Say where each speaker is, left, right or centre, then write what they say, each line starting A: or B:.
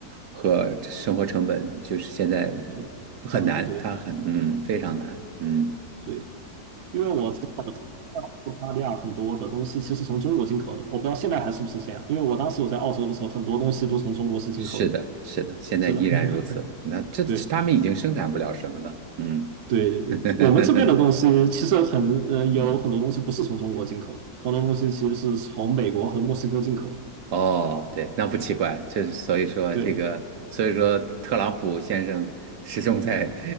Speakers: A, on the right (about 80°); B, on the right (about 65°).
A: 和生活成本就是现在
B: 就涨了很多。
A: 很难，它很嗯非常难，嗯。
B: 对。因为我知道澳大利亚很多的东西其实从中国进口的，我不知道现在还是不是这样。因为我当时我在澳洲的时候，很多东西都从中国是进口的。
A: 是的，是的，现在依然如此。
B: 是的，<laughs>
A: 那这他们已经生产不了什么了，
B: 对
A: 嗯。
B: 对对对，
A: <laughs>
B: 我们这边的东西其实很呃，有很多东西不是从中国进口的，
A: 嗯，
B: 很多东西其实是从美国和墨西哥进口的。
A: 哦，对，那不奇怪，这所以说这个，
B: 对
A: 所以说特朗普先生始终在